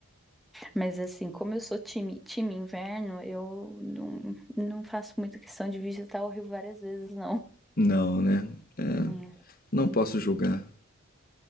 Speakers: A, in the centre; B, on the left.
A: Mas assim, como eu sou time, time inverno, eu não, não faço muita questão de visitar o Rio várias vezes, não.
B: Não, né? É,
A: Hum.
B: não posso julgar.